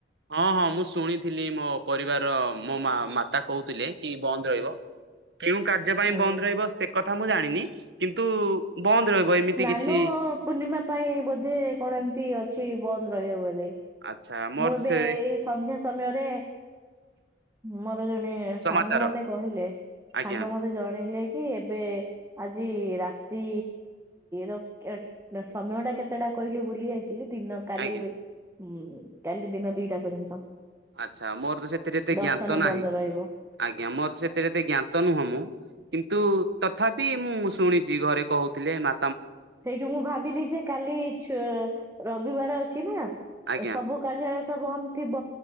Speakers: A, on the right; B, on the right.
A: ହଁ ହଁ ମୁଁ ଶୁଣିଥିଲି ମୋ ପରିବାରର ମୋ ମା ମାତା କହୁଥିଲେ କି ବନ୍ଦ ରହିବ। କେଉଁ କାର୍ଯ୍ୟ ପାଇଁ
B: ଆଜ୍ଞା।
A: ବନ୍ଦ ରହିବ ସେ କଥା ମୁଁ ଜାଣିନି କିନ୍ତୁ ବନ୍ଦ ରହିବ ଏମିତି
B: ସ୍ନାନପୂର୍ଣ୍ଣିମା
A: କିଛି
B: ପାଇଁ ବୋଧେ କଣ ଏମିତି ଅଛି ବନ୍ଦ ରହିବ ବୋଲି।
A: ଆଚ୍ଛା ମୋର
B: ମୁଁ ଏବେ
A: ତ ସେ
B: ଏଇ ସନ୍ଧ୍ୟା ସମୟରେ ମୋର ଜଣେ
A: ସମାଚାର
B: ସାଙ୍ଗ ମତେ କହିଲେ
A: ଆଜ୍ଞା
B: ସାଙ୍ଗ ମତେ ଜଣେଇଲେ କି ଏବେ ଆଜ ଆଜି ରାତି ର କେ ସମୟଟା କେତେଟା କହିଲି ଭୁଲିଯାଇ ଥିଲି ଦିନ କାଲି
A: ଆଜ୍ଞା
B: ବି ମ କାଲି ଦିନ ଦିଇଟା ପର୍ଯ୍ୟନ୍ତ।
A: ଆଛା ମୋର ତ ସେଥିରେ ଏତେ
B: ଦର୍ଶନ
A: ଜ୍ଞାତ ତ ନାହିଁ
B: ବନ୍ଦ ରହିବ।
A: ଆଜ୍ଞା ମୋର ସେଥିରେ ତ ଜ୍ଞାତ ନୁହଁ ମୁଁ କିନ୍ତୁ ତଥାପି ମୁଁ ଶୁଣିଚି ଘରେ କହୁଥିଲେ ମା
B: ସେଇଠୁ ମୁଁ ଭାବିଲି ଯେ କାଲି ଛୁ ରବିବାର ଅଛି ନା
A: ଆଜ୍ଞା
B: ସବୁ କାର୍ଯ୍ୟାଳୟ ତ ବନ୍ଦ ଥିବ